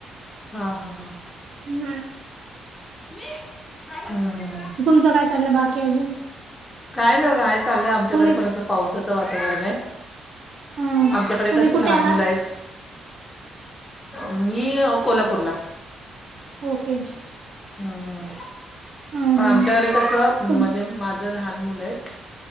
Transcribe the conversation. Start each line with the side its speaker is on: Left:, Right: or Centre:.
Left: हां हां हां
Right: हम्म.
Left: मी काय झालं म्हटलं मला.
Right: तुमचं काय चाललं बाकी अजून
Left: काय नाही बघा हे चाललंय आमच्याकडे
Right: तुम्ही
Left: पण असं पावसाचं वातावरण आहे
Right: हं
Left: आमच्याकडे
Right: तुम्ही
Left: कशी
Right: कुठे
Left: लहान
Right: आहात?
Left: मुलं आहेत मी कोल्हापूरला
Right: ओके.
Left: हम्म.
Right: हं
Left: आमच्याकडे
Right: हं
Left: कसं
Right: तुम
Left: म्हणजे माझं लहान मुलं आहेत.